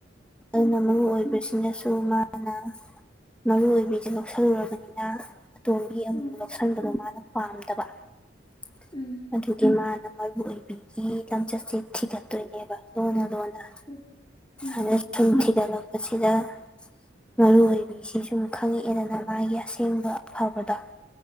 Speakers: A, in the centre; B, on the left.
A: ꯑꯗꯨꯅ
B: ꯑꯥ
A: ꯃꯔꯨ ꯑꯣꯏꯕꯁꯤꯅꯁꯨ ꯑꯗꯨ ꯃꯥꯅ ꯃꯔꯨ ꯑꯣꯏꯕꯤꯁꯦ ꯂꯧꯁꯜꯂꯨꯔꯕꯅꯤꯅ ꯑꯇꯣꯝꯕꯤ ꯑꯃꯨꯛ
B: ꯑꯥ
A: ꯂꯧꯁꯤꯟꯕꯗꯣ ꯃꯥꯅ ꯄꯥꯝꯗꯕ ꯫
B: ꯎꯝ
A: ꯑꯗꯨꯒꯤ ꯃꯥꯅ ꯃꯔꯨ ꯑꯣꯏꯕꯤꯒꯤ ꯂꯝꯆꯠꯁꯦ ꯊꯤꯒꯠ ꯇꯣꯏꯅꯦꯕ ꯂꯨꯟꯅ ꯂꯨꯟꯅ
B: ꯎꯝ ꯎꯝ
A: ꯑꯗ ꯁꯨꯝ ꯊꯤꯒꯠꯂꯛꯄꯁꯤꯗ ꯃꯔꯨ ꯑꯣꯏꯕꯤꯁꯤ ꯁꯨꯝ ꯈꯪꯉꯛꯑꯦꯗꯅ ꯃꯥꯒꯤ ꯑꯁꯦꯡꯕ ꯑꯐꯕꯗꯣ ꯫